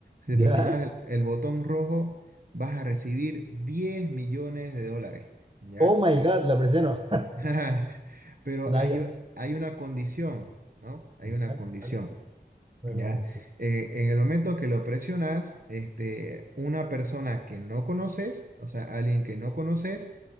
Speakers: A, on the right; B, on the right.
A: Si
B: Ya.
A: presionas el, el botón rojo, vas a recibir 10 millones de dólares, ¿ya?
B: Oh my God, la presiono.
A: <laughs> Pero
B: <laughs>
A: hay,
B: Naya.
A: u- hay una condición, ¿no? Hay
B: Ya,
A: una
B: ¿cuál
A: condición.
B: es la cuál es
A: ¿Ya?
B: la condición?
A: Eh, en el momento que lo presionas, este, una persona que no conoces, o sea, alguien que no conoces,